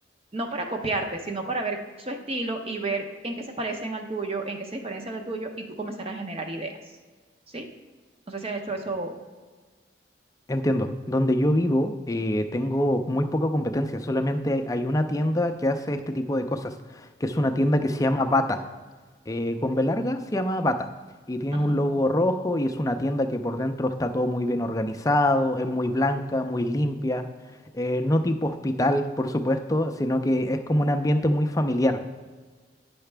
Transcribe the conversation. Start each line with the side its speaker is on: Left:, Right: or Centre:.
Right: No para copiarte, sino para ver su estilo y ver en qué se parecen al tuyo, en qué se diferencia del tuyo, y tú comenzar a generar ideas. ¿Sí? No sé si has hecho eso.
Left: Entiendo. Donde yo vivo, eh, tengo muy poca competencia. Solamente hay una tienda que hace este tipo de cosas, que es una tienda que se llama Bata. Eh, con B larga se llama Bata. Y tiene
Right: Ajá.
Left: un logo rojo y es una tienda que por dentro está todo muy bien organizado, es muy blanca, muy limpia. eh, no tipo hospital, por supuesto, sino que es como un ambiente muy familiar.